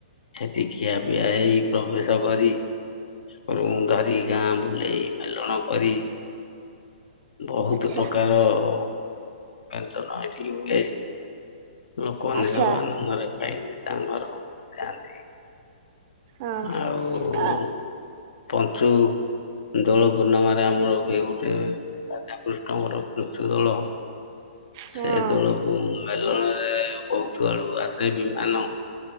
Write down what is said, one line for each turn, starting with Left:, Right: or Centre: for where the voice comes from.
Left: ସେଠି ଖିଆ ପିଆ ହେଇ ପ୍ରବେଶ କରି ରୁମ୍ ଧରି ଗାଁ ବୁଲେଇ ମେଲଣ କରି ବହୁତ
Right: ଆଚ୍ଛା
Left: ପ୍ରକାର ମେଲଣ ଏଠି ହୁଏ ଲୋକମାନେ
Right: ଆଚ୍ଛା
Left: ସବୁ ଆନନ୍ଦରେ ଖାଇକି ତାଙ୍କ ଘର ମାନଙ୍କୁ ଯାଆନ୍ତି।
Right: ଆ
Left: ଆଉ
Right: ଆ
Left: ପଞ୍ଚୁ ଦୋଳ ପୂର୍ଣ୍ଣିମାରେ ଆମର ହୁଏ ଗୋଟେ ରାଧାକୃଷ୍ଣ ଆମର <unintelligible> ଦୋଳ
Right: ହଁ
Left: ସେ ଦୋଳ <unintelligible> ମେଲଣ ରେ ବହୁତ ଆଡୁ ଆସେ ବିମାନ।